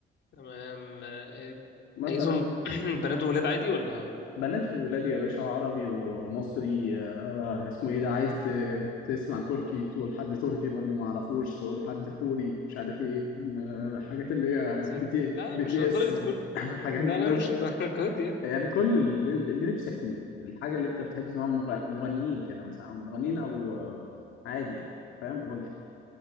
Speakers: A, on the left (about 65°); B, on the left (about 85°).
A: تمام آه،
B: مثلا
A: عايزهم <clears throat> بنات وولاد عادي ولا
B: بنات وولاد يا باشا عربي ومصري آه اسمه ايه ده عايز ت- تسمع تركي تقول حد تركي برضه ما اعرفوش تقول حد كوري مش عارف ايه آه حاجات اللي هي
A: سنجل؟
B: بي تي
A: لا
B: بي
A: مش
B: تي
A: لدرجة
B: اس ولا
A: كله
B: <coughs> <laughs> حاجات
A: لا
B: الناس
A: لا مش لدرجة يعني
B: يعني كل اللي, اللي نفسك فيه الحاجة اللي انت بتحب تسمعها مغ- مغنيين كده مثلا مغنيين او آه، عادي يعني فاهم قول لي